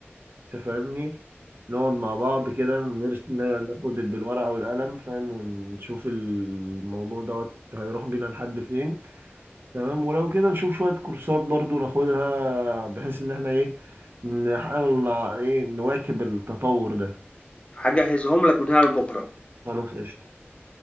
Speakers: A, on the right; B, on the left.
A: تفهمني نقعد مع بعض كده ونرس- نا- ناخد بالورقة والقلم فاهم ونشوف الموضوع دوت هيروح بينا لحد فين تمام ولو كده نشوف شوية كورسات برضو ناخدها بحيث ان احنا ايه نحاول نع- ايه نواكب التطور ده
B: هجهزهم لك من هنا لبكره
A: خلاص قشطة